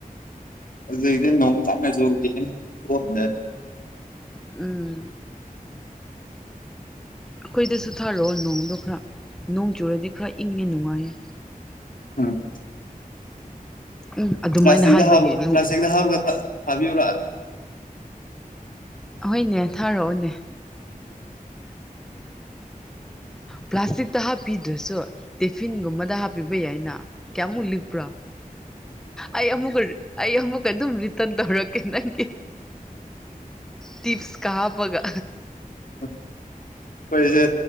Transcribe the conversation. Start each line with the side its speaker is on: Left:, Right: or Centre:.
Left: ꯑꯗꯨ ꯏꯗꯤ ꯅꯣꯡ ꯀꯟꯅ ꯆꯨꯕꯗꯤ ꯇꯣꯛꯈ꯭ꯔꯦ
Centre: ꯎꯝ ꯑꯩꯈꯣꯏꯗꯁꯨ ꯊꯥꯔꯛꯑꯣ ꯅꯣꯡꯗꯣ ꯈꯔ ꯅꯣꯡ ꯆꯨꯔꯗꯤ ꯈꯔ ꯏꯪꯉꯦ ꯅꯨꯡꯉꯥꯏꯌꯦ
Left: ꯎꯝ
Centre: ꯎꯝ ꯑꯗꯨꯃꯥꯏꯅ
Left: ꯄ꯭ꯂꯥꯁꯇꯤꯛꯗ
Centre: ꯍꯥꯏꯕꯒꯤ
Left: ꯍꯥꯥꯞ
Centre: ꯅꯣꯡ
Left: ꯄ꯭ꯂꯥꯁꯇꯤꯛꯗ ꯍꯥꯥꯞꯂꯒ ꯊꯥ ꯊꯕꯤꯌꯨꯔꯥ
Centre: ꯑꯍꯣꯏꯅꯦ ꯊꯥꯔꯛꯑꯣꯅꯦ ꯄ꯭ꯂꯥꯁꯇꯤꯛ ꯇ ꯍꯥꯞꯄꯤꯗ꯭ꯔꯁꯨ ꯇꯤꯐꯤꯟꯒꯨꯝꯕꯗ ꯍꯥꯞꯄꯤꯕ ꯌꯥꯏꯅ ꯀꯌꯥꯃꯨꯛ ꯂꯤꯛꯄ꯭ꯔꯣ ꯑꯩ ꯑꯃꯨꯛꯀ ꯑꯩ ꯑꯃꯨꯛꯀ ꯑꯗꯨꯝ ꯔꯤꯇꯟ ꯇꯧꯔꯛꯀꯦ ꯀꯦꯅꯪꯒꯤ ꯇꯤꯞꯁ ꯀꯥ ꯍꯥꯞꯄꯒ
Left: ꯎꯝ ꯑꯈꯣꯏꯖꯦ